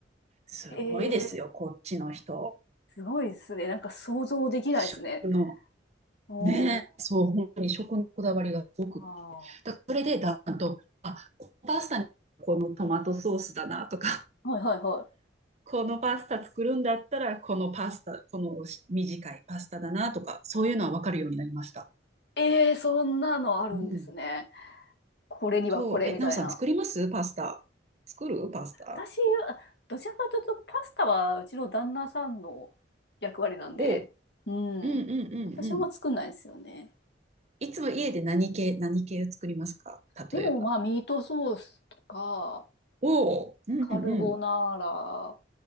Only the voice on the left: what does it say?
ええー
すごいですね。なんか想像できないですね。
おー、
あ
ー。はいはいは
い。ええーそんなのあるんですね。
これにはこれみたいな。
私、どちらかというとパスタはうちの旦那さんの役割なんで、
うん。
私はあんま作んないですよね。
でもまあミートソースとか、
カルボナーラ